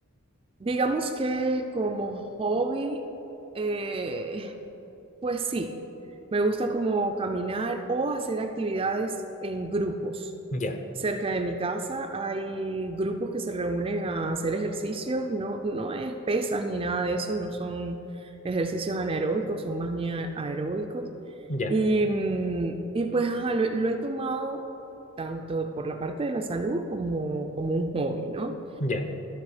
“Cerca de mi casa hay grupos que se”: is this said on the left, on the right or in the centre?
Right